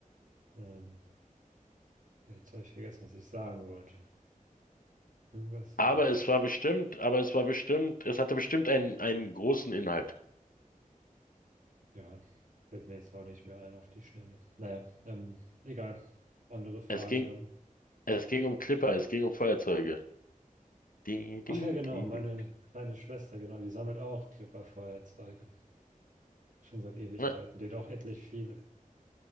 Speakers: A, on the right; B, on the left.
A: Ähm, Jetzt habe ich vergessen, was ich sagen wollte. Irgendwas sagen.
B: Aber es war bestimmt, aber es war bestimmt, es hatte bestimmt einen, einen großen Inhalt.
A: Ja, fällt mir jetzt auch nicht mehr ein auf die Schnelle. Naja, ähm, egal. Andere Frage
B: Es ging,
A: dann.
B: es ging um Clipper, es ging um Feuerzeuge. Di, di,
A: Ach ja, genau,
B: di,
A: meine
B: di.
A: kleine Schwester, genau, die sammelt auch Clipper-Feuerzeuge. Schon seit Ewigkeiten.
B: Na,
A: Die hat auch etlich viele.